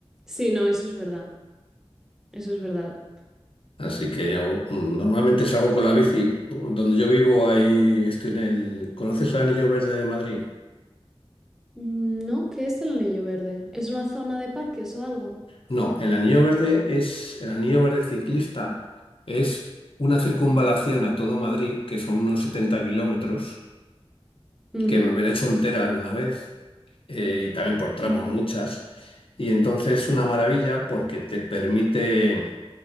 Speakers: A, in the centre; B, on the left.
A: sí, no, eso es verdad, eso es verdad.
B: Así que yo mm, normalmente salgo con la bici. Donde yo vivo, ahí estoy en el... ¿Conoces el Anillo Verde de Madrid?
A: Mm, No, ¿qué es el Anillo Verde? ¿Es una zona de parques o algo?
B: No, el Anillo Verde es el Anillo Verde ciclista es una circunvalación a todo Madrid, que son unos 70 kilómetros,
A: Ujú,
B: que me la he hecho entera alguna vez. eh, y también por tramos
A: ujú.
B: muchas. Y entonces es una maravilla porque te permite